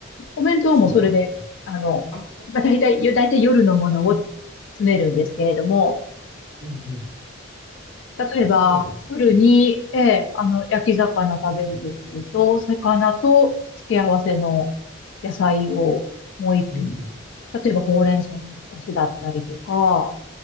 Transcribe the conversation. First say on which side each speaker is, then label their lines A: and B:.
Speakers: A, on the left; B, on the left.
A: お弁当もそれで、
B: 朝ごはん。
A: あの、
B: あ、
A: まあ、大体、よ大体夜のものを詰めるんですけれども、
B: うんうん。
A: 例えば、
B: そうなんですね。
A: 夜に、ええ、あの、焼き魚食べるとすると、
B: う
A: 魚と付け合わせの野菜をもう一品。
B: んうん。
A: 例えば、ほうれん草のおひたしだったりとか、